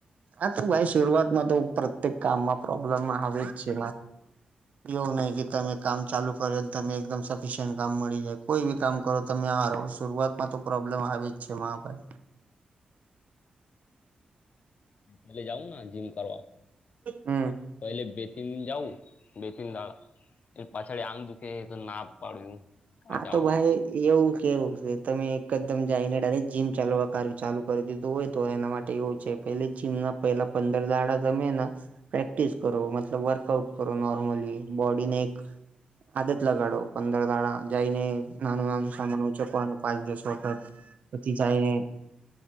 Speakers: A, on the right; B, on the left.
A: હા ભાઈ શરૂઆતમાં તો પ્રત્યેક કામમાં પ્રોબ્લેમ આવે જ છે. એવું નહીિ કે તમે કામ ચાલુ કરો તમે એકદમ સફિશિયન્ટ કામ મળી જાય કોઈ બી કામ કરો તમે. નાાર શરૂઆતમાં તો પ્રોબ્લેમ આવી જ છે મા ભાઈ.
B: પલે જઉું જીમ કરવા.
A: હમ
B: પહેલે બે જવું બે તન દાળા એ પાછળ આંગ દુખે તો ના પાડ્યું આ
A: હા
B: જવાનો
A: તો ભાઈ એવું કેવું છે તમે એકદમ જઈને ડાયરેક્ટ જીમ ચાલવા કાર ચાલુ કરી દીધું હોય તો એના માટે એવું છે પે જીમ ના પહેલા પંદર દાડા તમે પ્રેક્ટિસ કરો મતલબ વર્કઆઉટ કરો નોર્મલી બોડીને એક આદત લગાડો પંદર દડા જઈને નાનું નાનું સામાન ઉચકવાનું પાંચ દસ વખત પછી જઈને